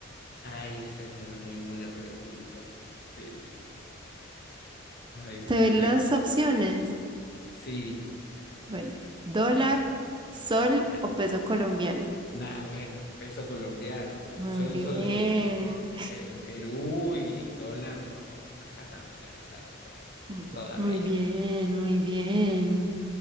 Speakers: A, on the left; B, on the right.
A: Ay, esa es una muy buena pregunta. Eh, ay, decime
B: ¿Te doy las
A: que...
B: opciones?
A: Sí,
B: Bueno, dólar, sol
A: nada.
B: o peso colombiano.
A: Nada, bueno, peso colombiano, porque
B: Muy
A: el sol
B: bien,
A: son- en Perú y dólar no, no está tan dolarizado todo,
B: <laughs>
A: todavía.
B: muy bien, muy bien.